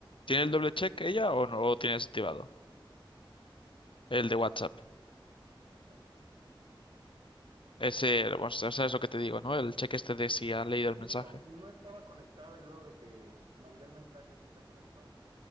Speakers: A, on the left (about 70°); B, on the right (about 70°).
A: tiene el doble
B: Ah,
A: check ella o no lo tiene desactivado? El de
B: ah,
A: WhatsApp.
B: pasó, no me-
A: Ese, bueno, sabes lo que te digo, ¿no? El cheque este de si ha leído el
B: Sí,
A: mensaje.
B: pero no estaba conectada y luego de que mandé el mensaje sí se conectó.